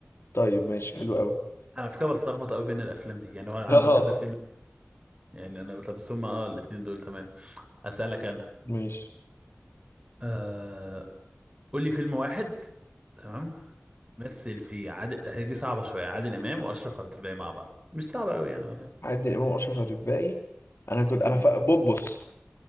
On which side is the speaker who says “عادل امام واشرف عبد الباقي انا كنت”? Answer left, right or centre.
Left